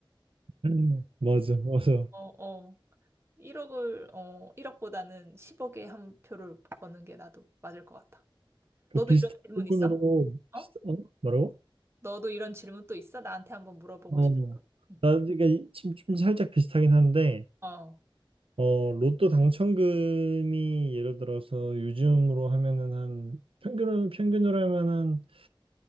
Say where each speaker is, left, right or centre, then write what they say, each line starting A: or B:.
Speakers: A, on the right; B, on the right.
A: 음. 맞아, 맞아.
B: 어, 어. 1억을, 어, 1억보다는 10억에 한 표를 버는 게 나도 맞을 것 같아.
A: 그
B: 너도
A: 비슷한
B: 이런 질문
A: 부분으로,
B: 있어?
A: 비슷,
B: 어?
A: 어? 뭐라고?
B: 너도 이런 질문 또 있어? 나한테 한번 물어보고
A: 어,
B: 싶어. 응.
A: 나, 그러니까 이- 지금 좀 살짝 비슷하긴 한데,
B: 어,
A: 어, 로또 당첨금이 예를 들어서 요즘으로 하면은 한 평균으로 평균으로 하면 한